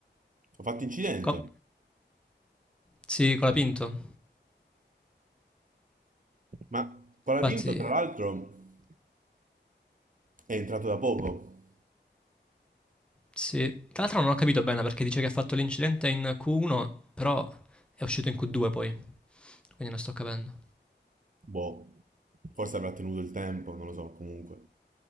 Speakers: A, on the right (about 45°); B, in the centre.
A: ha fatto incidente,
B: Co- sì, con la Pinto.
A: ma Colapinto
B: Infatti...
A: tra l'altro è entrato da poco,
B: Sì, tra l'altro non ho capito bene perché dice che ha fatto l'incidente in Q1, però è uscito in Q2 poi, quindi non sto capendo.
A: boh, forse avrà tenuto il tempo, non lo so, comunque.